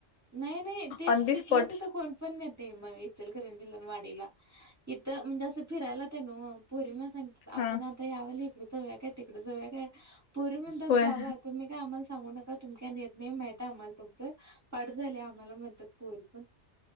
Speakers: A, on the right (about 15°); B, on the left (about 80°).
A: नाही नाही ते
B: ऑन दी
A: तिथल्या
B: स्पॉट
A: तिथ कोण पण नेतय मग इचलकरंजी वाट इथ म्हणजे अस फिरायला तेन ओ पोरीना सांगतात
B: हा
A: आपण आता यावेळी जावूया काय तिकडे जाऊया काय पोरी म्हणतात
B: होय
A: बाबा तुम्ही काय आम्हाला सांगू नका मी काय आम्हाला नेत नाही माहिती आम्हाला तुमचा पाठ झाला. आम्हाला म्हणतात पोरी पण.